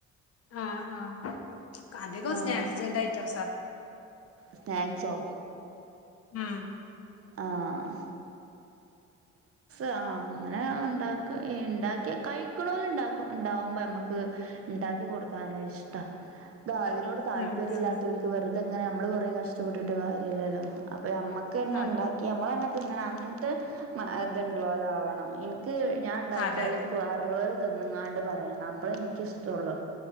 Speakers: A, on the left (about 50°); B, on the right (about 50°).
A: ആഹ ആഹ അധിക
B: ആഹ്
A: സ്നാക്സ് സിന്റ് ഐറ്റംസ
B: സ്നാക്സോ
A: ഉം
B: ആഹ ആഹ അങ്ങനെ ഉണ്ട ഉണ്ടാക്കിയ കഴിക്കണല ണ്ടകിയ ഉണ്ടാവുമ്പോ നമ്മക്ക് ണ്ടാക്കി
A: ഉം
B: കൊടുക്കാന് ഇഷ്ട ത് അതിനോട്
A: ഉം
B: താല്പര്യം ല്ലാത്തോൽക്ക് വെറുതെങ്ങനെ നമ്മള് കുറേ കഷ്ടപ്പെട്ടിട്ട് കാര്യല്ലല്ലോ അപ്പൊ നമ്മക്ക് ന്നെണ്ടാക്കി
A: അതെ
B: നമ്മളന്നെ തിന്നണം അങ്ങിൻത്തെ ത്ള്ളോലാവണം ഇൻക്ക് ഞാൻ ണ്ടാക്കിയാല
A: അതെ അതെ
B: എനിക്ക് വേറെ ള്ളോല് തിന്ന്ങ്ങാണ്ട് പറയണം അപ്പ്ളെ ഇൻക്കിഷ്ട്ടൊള്ളൂ